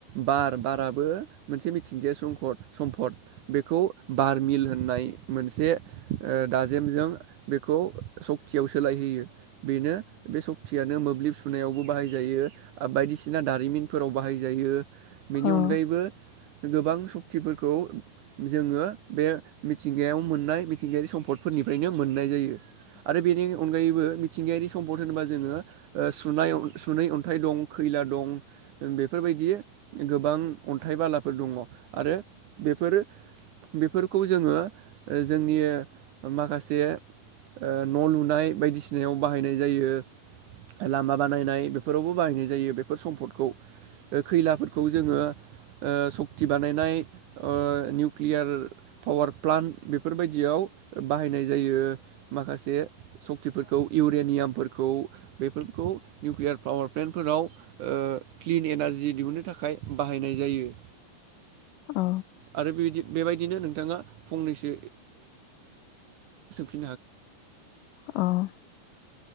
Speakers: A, on the right; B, on the left.
A: बार बाराबो मोनसे मिथिंगायारि संखद सम्पद बेखौ बार मिल होननाय मोनसे ओ दाजेमजों बेखौ सक्तियाव सोलायहोयो बेनो बे सक्तियानो मोब ब्लिब सुनायावबो बाहायजायो बायदिसिना दारिमिनफोराव बाहायजायो बेनि
B: औ औ
A: अनगायैबो गोबां सक्तिफोरखौ जोङो बे मिथिंगायाव मोननाय मिथिंगायारि समफ फदफोरनिफ्रायनो मोननाय जायो आरो बेनि अनगायैबो मिथिंगायारि सम्पद होनोबा जोङो ओ सुनाय सुनै अन्थाइ दं खै ला दं ओं बेफोरबायदि गोबां अन्थाइ बालाफोर दङ आरो बेफोरो बेफोरखौ जोङो जोंनि माखासे ओ न' लुनाय बायदिसिनायाव बाहायनाय जायो। लामा बानायनाय बेफोरावबो बाहायनाय जायो बेफोर सम्पदखौ खैलाफोरखौ जोङो ओ सक्ति बानायनाय ओ निउकलियार पावार प्लान्ट बेफोरबायदियाव बाहायनाय जायो माखासे सकतिफोरखौ इयुत देयामफोरखौ बेफोरखौ निउकलियार पावार प्लेन्टफोराव क्लिन एनारजि दिहुन्नो थाखाय बाहायनाय जायो।
B: औ
A: आरो बिदि बेबायदिनो नोंथाङा फंनैसो <inaudible>
B: औ